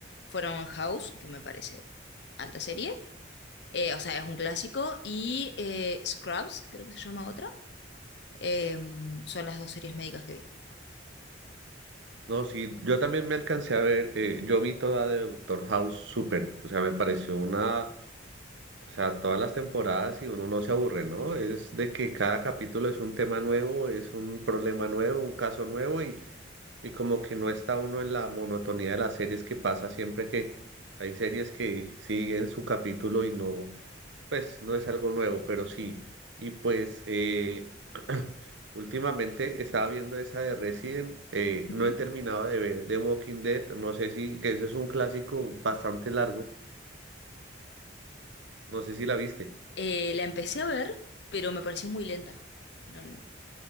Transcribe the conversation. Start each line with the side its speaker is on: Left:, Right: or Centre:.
Left: fueron House, que me parece alta serie. eh, o sea, es un clásico. Y eh, Scrubs, creo que se llama otra. Eh, son las dos series médicas que vi.
Right: No, sí, yo también me alcancé a ver, eh, yo vi toda de Doctor House súper, o sea, me pareció una, o sea, todas las temporadas y uno no se aburre, ¿no? Es de que cada capítulo es un tema nuevo, es un problema nuevo, un caso nuevo y, y como que no está uno en la monotonía de las series que pasa siempre que hay series que siguen su capítulo y no. pues no es algo nuevo, pero sí. Y pues eh, <clears throat> últimamente estaba viendo esa de Resident, eh,
Left: Ujú.
Right: no he terminado de ver The Walking Dead, no sé si, que eso es un clásico bastante largo, no sé si la viste.
Left: Eh, la empecé a ver, pero me pareció muy lenta. No,